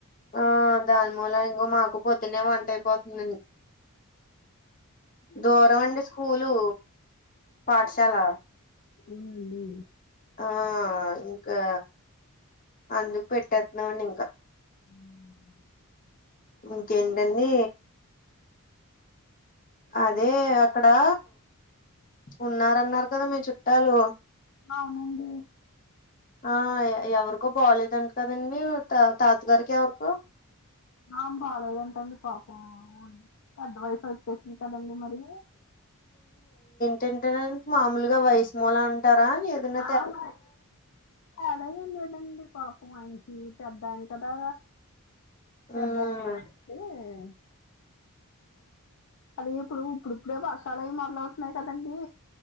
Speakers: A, on the left (about 40°); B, on the left (about 60°).
A: ఆ దాని మూల ఇంగొ మాకు పొద్దున్నే వంట అయిపోతుందండి దూరమండి స్కూలు, పాఠశాల
B: అవునండి
A: ఆ ఇంకా అందుకు పెట్టేత్నమండి ఇంకా
B: ఉమ్
A: ఇంకేంటండి అదే అక్కడా ఉన్నారన్నారు కదా మీ చుట్టాలు
B: అవునండి
A: ఆ ఎ ఎవరికో బాలేదంట కదండి త తాతగారికి ఎవరికో
B: ఆ బాలేదంటండి పాపం పెద్ద వయసు వచ్చేసింది కదండి మరి
A: తింటం లేదంట మామూలుగా వయసు మూలా అంటారా ఏదన్న
B: ఆ వయస్ అలా ఏం లేదండి పాపం ఆయనకి పెద్దాయన కదా పెద్దాయన
A: ఉమ్
B: మూలాన అండి అది ఇప్పుడు ఇప్పుడిప్పుడే వర్షాలయి మొదలువుతున్నాయి కదండీ